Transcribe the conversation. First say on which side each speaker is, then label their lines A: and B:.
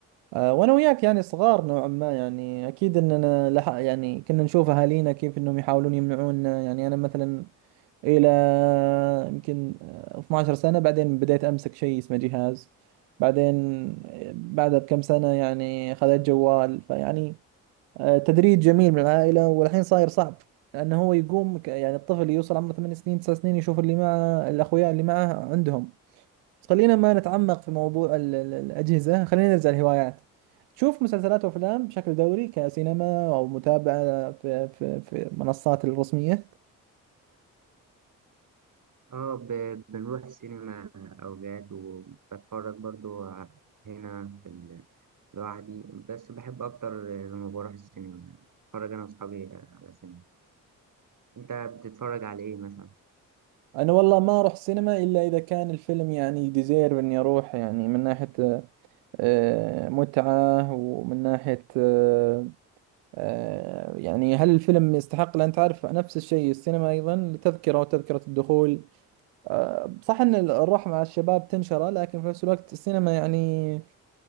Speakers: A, on the right (about 80°); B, on the right (about 50°).
A: آه، وأنا وياك يعني صغار نوعا ما يعني أكيد أننا لح يعني كنا نشوف أهالينا كيف أنهم يحاولون يمنعونا يعني أنا مثلا الى يمكن 12 سنة بعدين بديت امسك شيء اسمه جهاز بعدين آه، بعدها بكم سنة يعني خذيت جوال فيعني آه، تدريج جميل من العائلة والحين صاير صعب لانه هو يقوم ك- يعني الطفل يوصل عمره 8 سنين 9 سنين يشوف اللي معه الاخويا اللي معه عندهم بس خلينا ما نتعمق في موضوع ال- ال- الاجهزة خلينا نرجع للهوايات تشوف مسلسلات وافلام بشكل دوري كسينما او متابعة في في في منصات الرسمية
B: اه ب- بنروح سينما أوقات وبتفرج برضو ع- هنا في ال- لوحدي بس بحب أكتر لما بروح السينما بتفرج أنا وأصحابي على سينما أنت بتتفرج على إيه مثلا؟
A: انا والله ما اروح سينما الا اذا كان الفيلم يعني ديزيرف اني اروح يعني من ناحية آه، متعة ومن ناحية آه، آه، يعني هل الفيلم يستحق لان تعرف نفس الشيء السينما ايضا تذكرة وتذكرة الدخول آه، صح ان الروح مع الشباب تنشره لكن في نفس الوقت السينما يعني